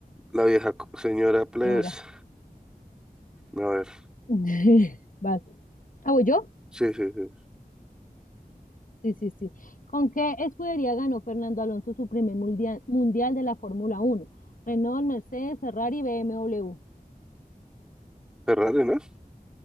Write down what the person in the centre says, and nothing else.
La vieja co- señora Ples.
A ver.
Sí, sí, sí.
Ferrari, ¿no?